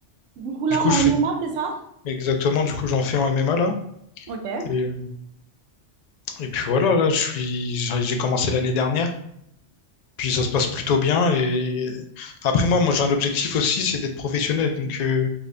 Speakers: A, on the right; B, on the left.
A: Du coup là
B: Du coup,
A: en
B: je
A: MMA,
B: fais
A: c'est ça?
B: exactement, du coup, j'en fais en MMA là.
A: Ok.
B: Et, et puis voilà, là, je suis, j'ai j'ai commencé l'année dernière. Puis ça se passe plutôt bien. Et après, moi, moi, j'ai un objectif aussi, c'est d'être professionnel. Donc, euh,